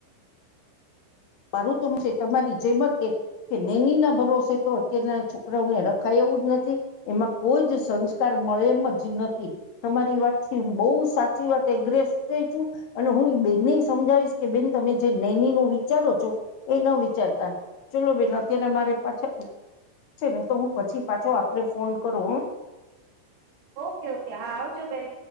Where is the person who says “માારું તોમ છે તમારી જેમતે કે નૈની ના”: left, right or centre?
Left